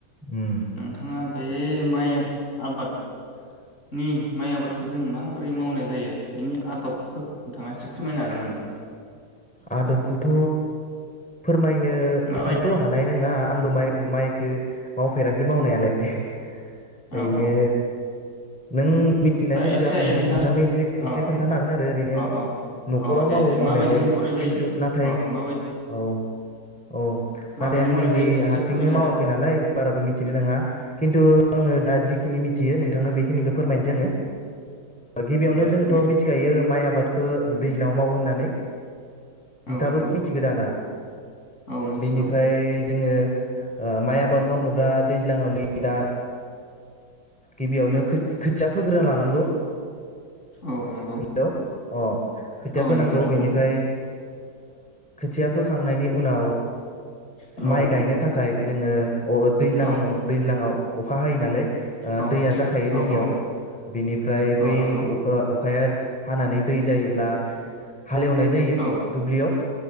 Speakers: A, in the centre; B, on the left.
A: उम
B: नोंथाङा बे माइ आबादनि माइ आबादखौ जों माबोरै मावनाय जायो बेनि आदबखौ नोंथाङा एसे फोरमायनो हागोन नामा
A: आदबखौथ फोरमायनो
B: माबायदि
A: एसेबांथ हानाय नङा आंबो माइ माइखौ मावफेराखै मावनायालाय
B: औ
A: ओरैनो
B: औ
A: नों मिनिनायफोरखौ
B: जा एसे
A: आं
B: हायो
A: नोंनो
B: नोंथां
A: नोंथांनो एसे एसे
B: औ
A: खोन्थानो हागोन आरो ओरैनो
B: औ औ
A: नखराव
B: औ दे
A: मावो
B: दे
A: मावनायालाय
B: माबायदिहाय मावनाय जायो
A: खिन्थु नाथाय
B: अ माबायदि
A: औ औ
B: माबायदि
A: नाथाय आं
B: मावनाय
A: निजे
B: जायो एसे
A: हारसिंनो
B: फोरमायना होदो
A: मावाखै नालाय बाराबो मिथिनाय नङा खिन्थु आङो दा जिखिनि मिथियो नोंथनो बेखिनिखौ फोरमायनो गिबियावनो
B: औ दे
A: जोंथ
B: फोरमायदो
A: मिथिखायो माइ आबाद खौ दैज्लाङाव मावो होननानै
B: औ
A: नोंथाबो
B: नंगौ
A: मिथिगोन दाना
B: औ मिथिगौ
A: बिनिफ्राय जोङो माइ आबाद मावनोब्ला दैज्लाङाव नै दा गिबियावनो खोथिया फोग्रोना लानांगौ
B: औ नंगौ
A: हेलौ अ खोथिया
B: औ
A: फोनांगौ
B: नंगौ दे
A: बेनिफ्राय
B: बुं
A: खोथिया फोखांनायनि उनाव
B: औ
A: माइ गायनो थाखाय जोङो अ दैज्लां
B: औ
A: दैज्लांङाव अखा हायो नालाय
B: औ
A: दैया जाखायो
B: औ
A: जोंनियाव
B: औ
A: बिनिफ्राय
B: औ
A: बै
B: नंगौ
A: अखा अखाया हानानै दै जायोब्ला हालेवनाय जायो
B: औ
A: दुब्लियाव